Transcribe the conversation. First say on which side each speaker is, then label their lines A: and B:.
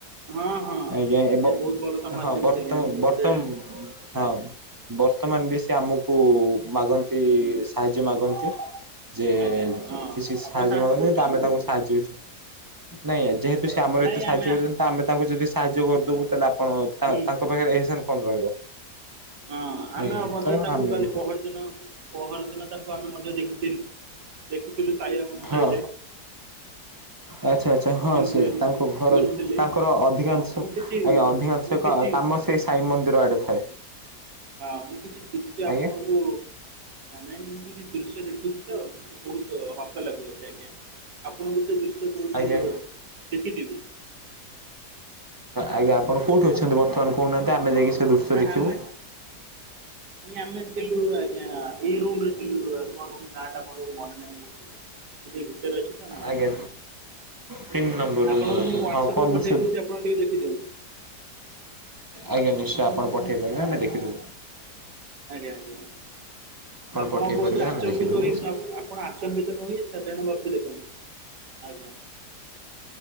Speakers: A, on the right; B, on the right.
A: ହଁ ହଁ
B: ଆଜ୍ଞା ଏବଂ
A: ସେ ବହୁତ ଭଲ ସମାଜସେବୀ
B: ହଁ ବର୍ତ୍ତମ୍
A: ଥିଲେ ଆମେ ବି ମଧ୍ୟ
B: ବର୍ତ୍ତମ୍
A: ଜାଣିଛୁ
B: ହଁ
A: ଆଜ୍ଞା
B: ବର୍ତ୍ତମାନ ବି ସେ ଆମକୁ କୁ ମାଗନ୍ତି
A: ହୁଁ
B: ସାହାଯ୍ୟ ମାଗନ୍ତି। ଯେ
A: ଆଜ୍ଞା ହଁ
B: କିଛି ସାହାଯ୍ୟ
A: ଆପଣ
B: ମାଗନ୍ତୀ
A: କରୁଛନ୍ତି
B: କିନ୍ତୁ ଆମେ
A: ତାକୁ
B: ତାଙ୍କୁ ସାହାଯ୍ୟ କିଛି ନାଇଁ ଯେହେତୁ
A: କରନ୍ତୁ
B: ସେ ଆମର
A: ନାଇଁ
B: ଏତେ ସାହାଯ୍ୟ
A: ଆମେ
B: କରିଛନ୍ତି। ତ ଆମେ ତାଙ୍କୁ ଯଦି ସାହାଯ୍ୟ କରିଦେବୁ ତା ଆପଣ ତାଙ୍କ
A: ହୁଁ
B: ପାଖରେ ଏହିସନ୍ କଣ ରହିବ।
A: ହଁ ଆମେ
B: ଆଜ୍ଞା
A: ମଧ୍ୟ
B: ତ
A: ତାକୁ
B: ଆମେ
A: କାଲି
B: ବି
A: ପହରଦିନ ପହରିନ ପରଦିନ ତାକୁ ଆମେ ମଧ୍ୟ ଦେଖିଥିଲୁ ଦେଖିଥିଲୁ ସହିଆ ମନ୍ଦିରରେ।
B: ହଁ ଆଚ୍ଛା ଆଚ୍ଛା ହଁ
A: ମନ୍ଦିରରେ
B: ସେ ତାଙ୍କ ଘରେ
A: ବୁଲୁଥିଲି
B: ତାଙ୍କର ଅଧିକାଂଶ
A: ହଁ ମୁଁ କିଛି
B: ଆଜ୍ଞା ଅଧିକାଂଶ
A: ମୁଁ କିଛି
B: କାମ ସେ ସାଇ ମନ୍ଦିର ଆଡ଼େ ଥାଏ।
A: ଆ ମୁଁ କିଛି ଦୃଶ୍ୟ
B: ଆଜ୍ଞା
A: ଆପଣଙ୍କୁ ନାଇଁ ନାଇଁ ମୁଁ କିଛି ଦୃଶ୍ୟ ଦେଖୁଛି ତ ମତେ ବହୁତ ହସ ଲାଗୁଅଛି ଆଜ୍ଞା ଆପଣଙ୍କୁ ସେ ଦୃଶ୍ୟ ବୋଧହୁଏ
B: ଆଜ୍ଞା
A: ଦେଖି ଥିବି।
B: ଆଜ୍ଞା ଆପଣ କଉଠି ଅଛନ୍ତି ବର୍ତ୍ତମାନ କହୁନାହାନ୍ତି ଆମେ ଯାଇକି ସେ ଦୃଶ୍ୟ
A: ହ
B: ଦେଖିବୁ?
A: ଆମେ ନାଇଁ ଆମେ ଥିଲୁ ଆଜ୍ଞା ଏଇ ରୁମରେ ଥିଲୁ କଣ ନାଁ ଟା ମୋର ମନେ ନାହିଁ ମୁଁ ମୁଁ ଟିକେ ଭିତରେ ଅଛି ତ ମନେ
B: ଆଜ୍ଞା
A: ନାହିଁ।
B: ତିନି ନମ୍ବର ରୁମରେ
A: ଆପଣଙ୍କୁ
B: ଅଛନ୍ତି
A: ମୁଁ ୱାଟସାପରେ
B: ହଁ କଣ
A: ପଠେଇ
B: ଦୃଶ୍ୟ
A: ଦେଉଛି ଆପଣ ଟିକେ ଦେଖିଦିଅନ୍ତୁ।
B: ଆଜ୍ଞା ନିଶ୍ଚୟ
A: ଆପଣଙ୍କୁ
B: ଆପଣ
A: ମୁଁ
B: ପଠେଇ ପାରିବେ ଆମେ ଦେଖିଦବୁ।
A: ଆଜ୍ଞା ଆଜ୍ଞା ଆପଣ
B: ପଠେଇ
A: ବହୁତ
B: ପାରିବେ
A: ଆଚମ୍ବିତ
B: ଆମେ ଦେଖିଦେବୁ
A: ହୋଇ
B: ଆଜ୍ଞା
A: ଆପଣ ଆଚମ୍ବିତ ନହୋଇ ସାଧାରଣ ଭକ୍ତି ଦେଖନ୍ତୁ ଆଜ୍ଞା।